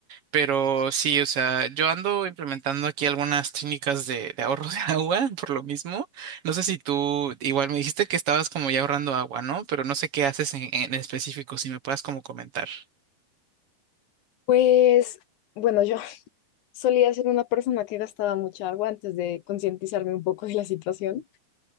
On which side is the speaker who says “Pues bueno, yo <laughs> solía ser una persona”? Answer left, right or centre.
Left